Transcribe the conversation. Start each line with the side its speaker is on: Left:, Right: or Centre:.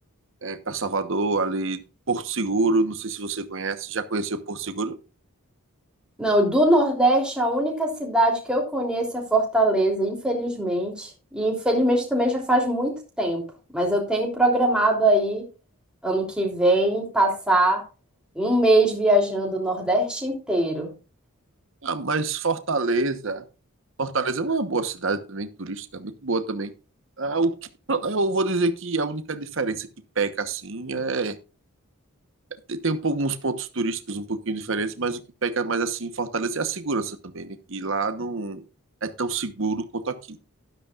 Right: é, para Salvador, ali, Porto Seguro, não sei se você conhece, já conheceu Porto Seguro?
Centre: Não, do Nordeste, a única cidade que eu conheço é Fortaleza, infelizmente. E infelizmente também já faz muito tempo. Mas eu tenho programado aí, ano que vem, passar um mês viajando o Nordeste inteiro.
Right: Ah, mas Fortaleza, Fortaleza é uma boa cidade também, turística, muito boa também. Ah, o que, eu vou dizer que a única diferença que peca assim é Tem, tem um pouco- uns pontos turísticos um pouquinho diferentes, mas o que peca mais assim em Fortaleza é a segurança também, né? Que lá não é tão seguro quanto aqui.